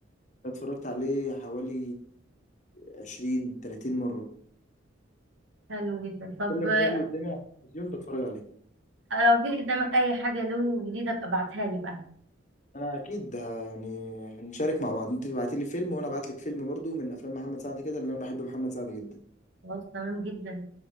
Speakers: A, on the left; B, on the right.
A: ده اتفرجت عليه حوالي 20 30 مره
B: حلو جدا طب
A: كل لما
B: آه،
A: يجي قدامي على التلفزيون بتفرج عليه
B: لو جه قدامك اي حاجة له جديدة ابقى ابعتها لي بقى
A: انا اكيد ه- يعني هنشارك مع بعض انت تبعتي لي فيلم وانا ابعت لك فيلم برضو من افلام محمد سعد كده لان انا بحب محمد سعد جدا
B: خلاص تمام جدا